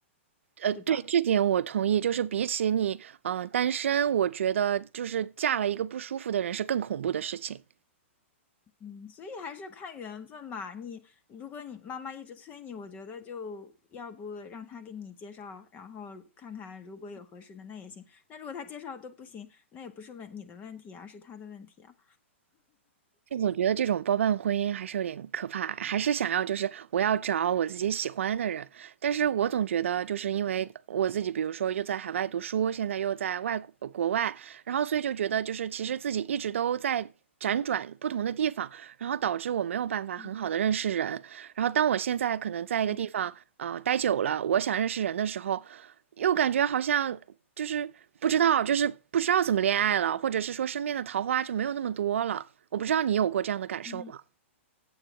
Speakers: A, on the right; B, on the left.
A: 呃，
B: 对吧？
A: 对，这点我同意。就是比起你，嗯、呃单身，我觉得就是嫁了一个不舒服的人是更恐怖的事情。
B: 嗯，所以还是看缘分吧。你如果你妈妈一直催你，我觉得就要不让她给你介绍，然后看看如果有合适的那也行。那如果她介绍都不行，那也不是问你的问题啊，是她的问题啊。
A: 就总觉得这种包办婚姻还是有点可怕，还是想要就是我要找我自己喜欢的人，但是我总觉得就是因为我自己，比如说又在海外读书，现在又在外国呃国外，然后所以就觉得就是其实自己一直都在辗转不同的地方，然后导致我没有办法很好的认识人，
B: 嗯
A: 然后当我现在可能在一个地方呃待久了，
B: 嗯，
A: 我想认识人的时候，又感觉好像就是不知道，就是不知道怎么恋爱了，或者是说身边的桃花就没有那么多了。我不知道你有过这样的感受吗？
B: <laughs> 嗯，